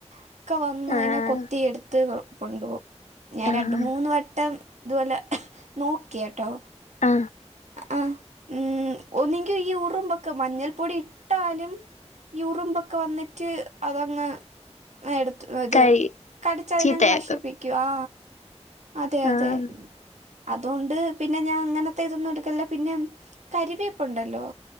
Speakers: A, on the right; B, on the left.
A: ഒക്കെ വന്ന്
B: ആഹ്
A: അതിനെ കൊത്തി എടുത്ത് കൊണ്ടുപോകും ഞാൻ
B: ആഹ്
A: രണ്ട് മൂന്ന് വട്ടം അതുപോലെ നോക്കി കേട്ടോ
B: ആ
A: ആ ഉം ഒന്നെങ്കും ഈ ഉറുമ്പൊക്കെ മഞ്ഞൾപ്പൊടി ഇട്ടാലും യൂറുമ്പൊക്കെ വന്നിട്ട് അതങ് എടുത്ത് ഇത്
B: കഴി
A: കടിച്ചതിനങ്ങ്
B: ചീത്തയാക്കും
A: നശിപ്പിക്കു ആ അതെ അതെ
B: ആഹ്
A: അതൊണ്ട് പിന്നെ ഞാൻ അങ്ങനത്തെ ഇതൊന്നും എടുക്കല്ല പിന്നെ കരിവേപ്പുണ്ടല്ലോ